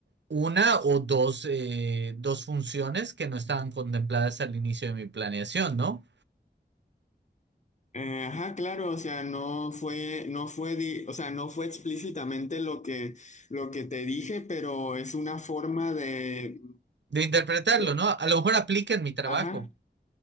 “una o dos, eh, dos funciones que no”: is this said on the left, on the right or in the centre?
Right